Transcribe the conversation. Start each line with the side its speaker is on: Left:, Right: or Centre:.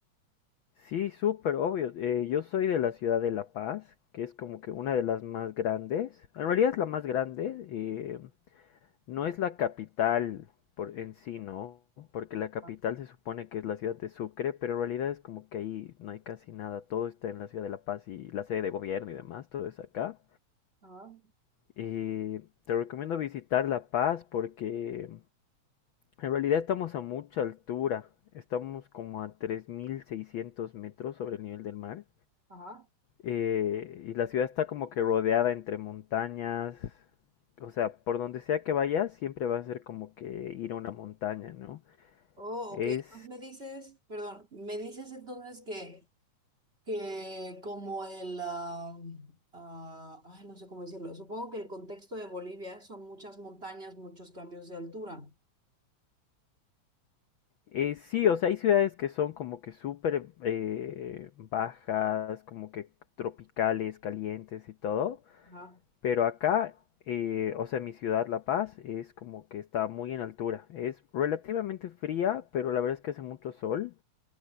Left: Sí, súper obvio. Eh, yo soy de la ciudad de La Paz, que es como que una de las más grandes. En realidad es la más grande. eh, no es la capital por en sí, ¿no? Porque la capital
Right: Ah,
Left: se supone que es la ciudad de Sucre, pero en realidad es como que ahí no hay casi nada. Todo está en la ciudad de La Paz y la sede de gobierno y demás, todo es acá.
Right: Ajá,
Left: Eh, te recomiendo visitar La Paz porque en realidad estamos a mucha altura. Estamos como a 3.600 metros sobre el nivel del mar.
Right: ajá.
Left: Eh, y la ciudad está como que rodeada entre montañas. O sea, por donde sea que vayas, siempre va a ser como que ir a una montaña, ¿no?
Right: Oh,
Left: Es...
Right: ok. Entonces me dices, perdón, me dices entonces que, que como el, ah, ah, ay, no sé cómo decirlo, supongo que el contexto de Bolivia son muchas montañas, muchos cambios de altura.
Left: eh, sí, o sea, hay ciudades que son como que súper eh, bajas, como que tropicales, calientes y todo.
Right: Ajá.
Left: Pero acá, eh, o sea, mi ciudad, La Paz, es como que está muy en altura. Es relativamente fría, pero la verdad es que hace mucho sol.